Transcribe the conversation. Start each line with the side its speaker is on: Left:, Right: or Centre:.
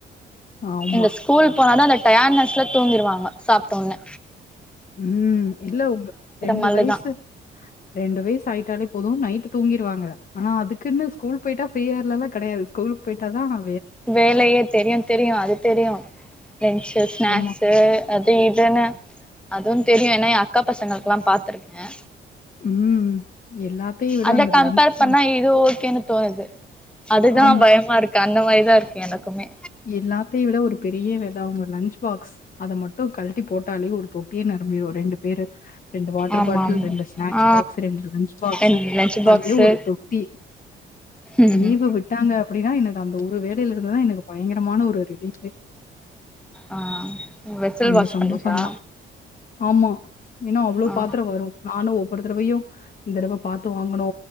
Left: ஆமா.
Centre: இந்த ஸ்கூல் போனாதா அந்த டயாட்னஸ்ல தூங்கிடுவாங்க சாப்பிட்டொன்னே
Left: ம் இல்ல உங்க ரெண்டு
Centre: மல்லு
Left: வயசு
Centre: தான்.
Left: ரெண்டு வயசு ஆயிட்டாலே போதும் நைட்டு தூங்கிடுவாங்க ஆனா அதுக்குன்னு ஸ்கூல் போய்டா ஃப்ரீ ஆயிர்லா லா கடையாது ஸ்கூல்க்கு போயிட்டா தா அ
Centre: வேலையே தெரியும் தெரியும் அது தெரியும் லன்ச்சு ஸ்நாக்ஸு
Left: ஆமா.
Centre: அத் து இதுன்னு அதுவும் தெரியும் ஏன்னா என் அக்கா பசங்களுக்குல்லா பாத்துருக்கே
Left: ம். எல்லாத்தையும் விட
Centre: அத
Left: அந்த
Centre: கம்பேர்
Left: லஞ்ச்
Centre: பண்ணா
Left: பேக்
Centre: இது ஓகேன்னு தோணுது அதுதா
Left: ஆமா.
Centre: பயமா இருக்கு அந்த மாரிதா இருக்கு எனக்குமே
Left: எல்லாத்தயும் விட ஒரு பெரிய வேல அவங்க லன்ச் பாக்ஸ் அத மட்டும் கழட்டி போட்டாலே ஒரு தொட்டிய ந நரபிரு ரெண்டு பேரு ரெண்டு வாட்ரு
Centre: ஆமா
Left: பாட்டில்
Centre: ஆமா.
Left: ரெண்டு ஸ்நாக்ஸ்
Centre: ஆ
Left: பாக்ஸ் ரெண்டு லன்ச் பாக்ஸு
Centre: ஆ லன்ச்
Left: அதுவே
Centre: பாக்ஸு
Left: ஒரு தொட்டி
Centre: ம்
Left: லீவு
Centre: ம்
Left: விட்டாங்க அப்புடின்னா இனக்கு அந்த ஒரு வே தில் இருந்துதா எனக்கு பயங்கரமான ஒரு ரிலீஃபே
Centre: ஆ வெஷல்
Left: அந்த
Centre: வாஷ்
Left: சந்தோஷம்
Centre: பண்றதா
Left: தான். ஆமா ஏனா அவ்ளோ
Centre: ஆ
Left: பாத்ரொ வரு நானு வொரு தடவையு இந்த தடவ பாத்து வாங்கணு